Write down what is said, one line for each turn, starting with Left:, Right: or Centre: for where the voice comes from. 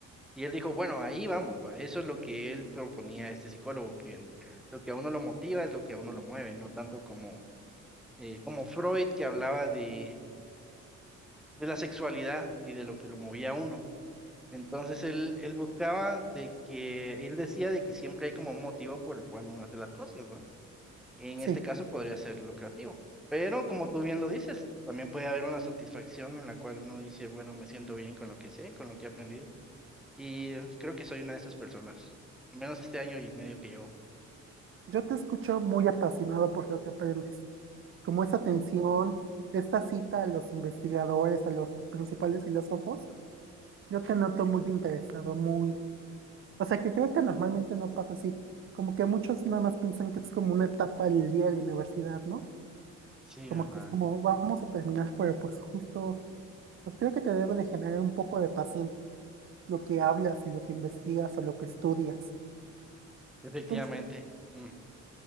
Centre: Y él dijo, bueno, ahí vamos, va. Eso es lo que él proponía a este psicólogo, que el- lo que a uno lo motiva es lo que a uno lo mueve, no tanto como, eh, como Freud que hablaba de, de la sexualidad y de lo que lo movía a uno. Entonces él, él buscaba de que, él decía de que siempre hay como un motivo por el cual uno hace las cosas, ¿no? En
Right: sí.
Centre: este caso podría ser lucrativo, pero como tú bien lo dices, también puede haber una satisfacción en la cual uno dice, bueno, me siento bien con lo que sé, con lo que he aprendido. Y creo que soy una de esas personas, al menos este año y medio que llevo.
Right: Yo te escucho muy apasionado por lo que aprendes. como esa tensión, esta cita a los investigadores, a los principales filósofos, yo te noto muy interesado, muy... O sea, que creo que normalmente no pasa así. Como que muchos nada más piensan que es como una etapa del día de la universidad, ¿no?
Centre: Sí,
Right: Como
Centre: a la...
Right: que es como, vamos a terminar, pero pues justo, pues creo que te debe de generar un poco de pasión lo que hablas y lo que investigas o lo que estudias.
Centre: efectivamente.
Right: Entonces,
Centre: Ujú.